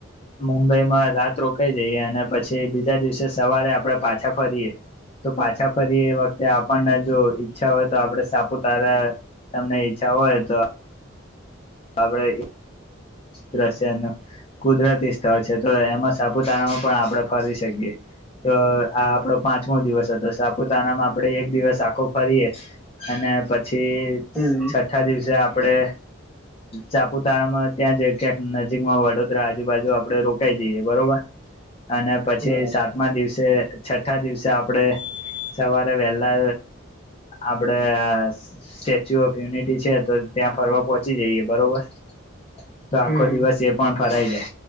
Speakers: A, on the left; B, in the centre.
A: મુંબઈમાં રાત રોકાઈ જઈએ અને પછી બી બીજા દિવસે સવારે આપણે પાછા ફરીએ તો પાછા ફરીએ વખતે આપણને જો ઈચ્છા હોય તો આપણે સાપુતારા તમને ઈચ્છા હોય તો આપણે એક દ્રશ્યનું કુદરતી સ્થળ છે તો એમાં સાપુતારામાં પણ આપણે ફરી શકીએ. તો આ આપણો પાંચમો દિવસ હતો સાપુતારામાં આપણે એક દિવસ આખો ફરીએ જ. અને પછી છઠ્ઠા
B: હમ
A: દિવસે આપ આપડે. સાપુતારામાં ત્યાં જએ ક્યાંક નજીકમાં વડોદ દરા આજુબાજુ આપડે રોકાઈ જઈએ. બરોબર. અને પછી
B: બરાબર
A: સાતમા દિવસે છઠ્ઠા દિવસે આપણે સવારે વહેલા આપણેે સ્ટેચ્યુ ઓફ યુનિટી છે તો ત્યાં ફરવા પોહચ ચી જઈએ બરોબર. તો આખો
B: હમ
A: દિવસ એ પણ ફરાઈ જાય.